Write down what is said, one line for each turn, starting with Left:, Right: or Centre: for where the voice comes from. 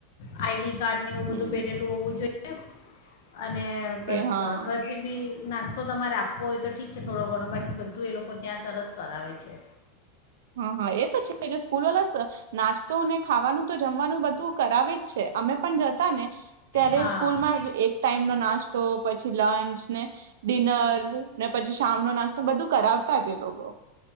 Left: આઈડી‌ કાર્ડનેવું
Right: હમ
Left: બધું પરેલું ઓવું જોએ. <inaudible> અને
Right: કે
Left: બસ
Right: હા
Left: ઘરથી બી નાસ્તો તમારે આપવો હોય તો ઠીક છે થોડો ઘણો બાકી બધું એ લોકો ત્યાં સરસ કરાવે છે.
Right: હા-હા એ એ તો છે જે સ્કૂલ વાલા સ નાસ તોને ખાવાનું તો જમવાનું બધું કરાવે જ છે અમે પણ જતા ને <unintelligible> ત્યારે
Left: હા
Right: સ્કૂલમાં એક ટાઈમ નો નાસ્તો પછી લંચ ને ડિનર ને પછી શામનો નાસ બધું કરાવતા જ એ લોકો.